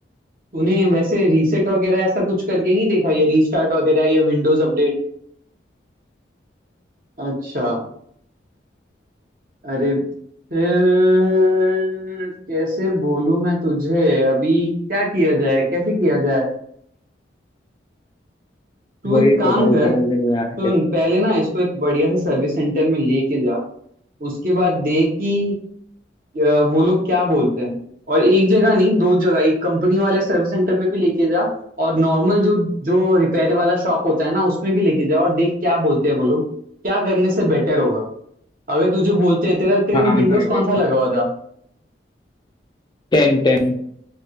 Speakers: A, on the right; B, on the left.
A: तूने वैसे रीसेट वगैरह ऐसा कुछ करके नहीं देखा या रीस्टार्ट वगैरह या विंडोज अपडेट अच्छा अरे फिर कैसे बोलूं मैं तुझे अभी क्या किया जाए कैसे किया जाए तू
B: वही
A: एक काम
B: तो भाई
A: कर
B: समझ
A: सुन
B: में नहीं आ रहा कैसे
A: पहले ना इसको एक बढ़िया से सर्विस सेंटर में लेके जा उसके बाद देख कि अ, वो लोग क्या बोलते हैं और एक जगह नहीं दो जगह एक कंपनी वाले सर्विस सेंटर में भी लेके जा और नॉर्मल जो जो रिपेयर वाला शॉप होता है ना उसमें भी लेके जा और देख क्या बोलते हैं वो लोग क्या करने से बेटर होगा अगर तुझे बोलते हैं तेरा तेरे
B: हाँ
A: में विंडोज
B: भाई
A: कौन
B: भाई
A: सा लगा हुआ था
B: टेन टेन